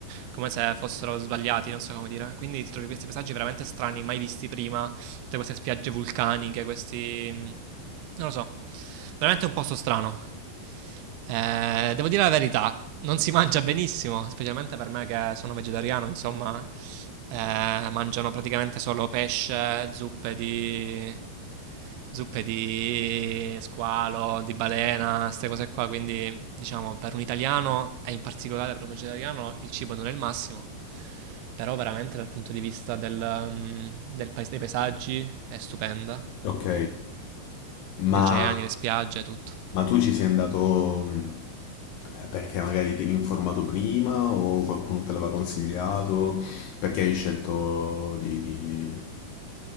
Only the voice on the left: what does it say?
Ok,
ma,
ma tu ci sei andato mm, eh, perché magari ti eri informato prima o qualcuno te l'aveva consigliato? Perché hai scelto di, di-